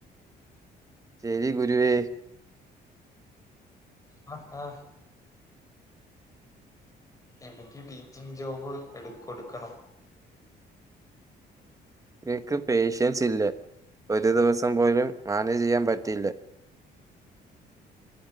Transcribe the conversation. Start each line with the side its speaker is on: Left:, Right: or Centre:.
Right: ശരി ഗുരുവേ
Left: ഹാ ഹാ എനിക്ക് ടീച്ചിങ് ജോബ് എടുകോടുക്കണം
Right: നിക്ക് പേഷ്യൻസ് ഇല്ലേഒരു ദിവസം പോലും മാനേജ് ചെയ്യാൻ പറ്റിയില്ലേ